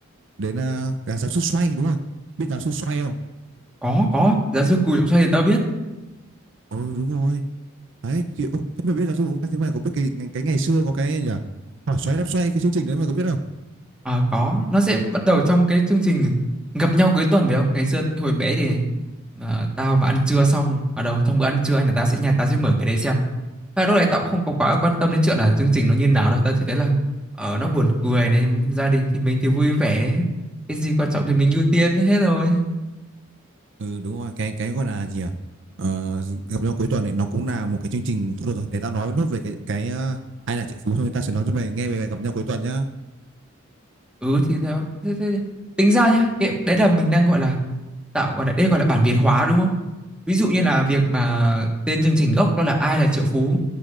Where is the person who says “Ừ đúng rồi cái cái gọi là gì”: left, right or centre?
Right